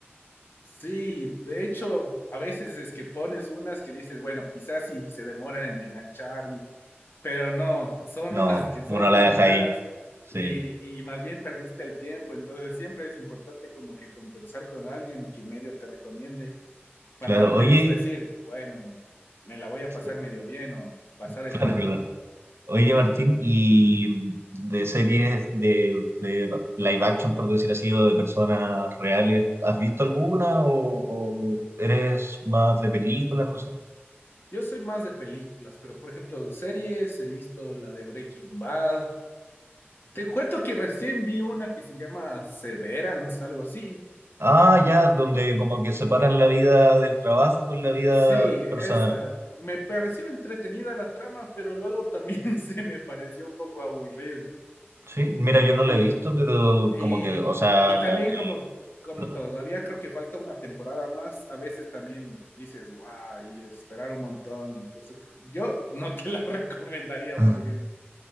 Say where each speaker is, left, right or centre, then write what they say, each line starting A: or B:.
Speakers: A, on the left; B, on the right.
A: Sí, de hecho, a veces es que pones unas que dices, bueno, quizás sí se demora en engancharme pero no, son
B: No,
A: unas que son
B: uno
A: muy
B: la deja
A: malas
B: ahí. Sí,
A: y, y más bien perdiste el tiempo, entonces siempre es importante como que conversar con alguien que medio te recomiende para
B: claro.
A: al menos
B: Oye,
A: decir, bueno, me la voy a
B: <laughs>
A: pasar medio bien o pasar el
B: claro,
A: rato,
B: claro.
A: ¿no?
B: Oye,
A: Sí.
B: Martín, y de series de, de live action, por decir así, o de personas reales, ¿has visto alguna o, o eres más de películas?
A: Mm,
B: No sé.
A: Yo soy más de películas, pero por ejemplo, series, he visto la de Breaking Bad. Te cuento que recién vi una que se llama Severance, algo así.
B: Ah, ya, donde como que separan la vida del trabajo con la vida
A: Sí, esa.
B: personal.
A: Me pareció entretenida la trama, pero luego también <laughs> se me pareció un poco aburrida.
B: Sí, mira, yo no
A: Y,
B: la he visto, pero
A: y,
B: como que, o sea,
A: y
B: la-
A: también
B: el...
A: como, como
B: Perdón.
A: todavía creo que falta una temporada más, a veces también dices, wow, y de esperar un montón. Entonces, yo no te la <laughs> recomendaría,
B: <laughs>
A: por ejemplo.